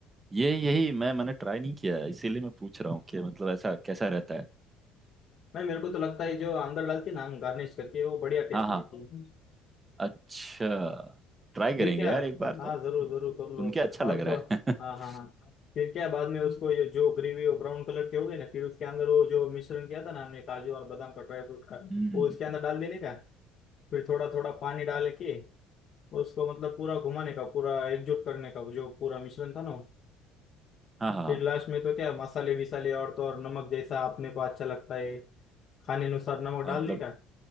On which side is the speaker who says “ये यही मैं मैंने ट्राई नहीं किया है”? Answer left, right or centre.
Right